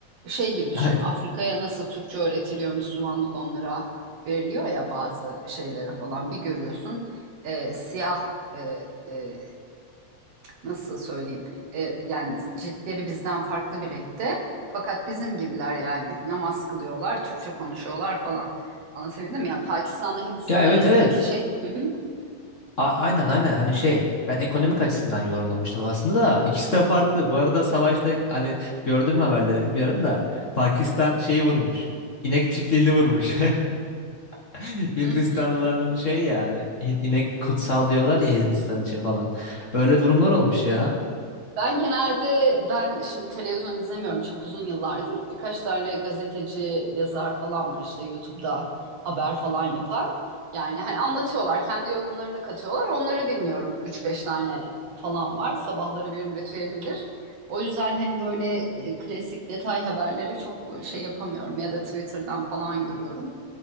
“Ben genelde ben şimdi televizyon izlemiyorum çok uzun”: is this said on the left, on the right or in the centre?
Right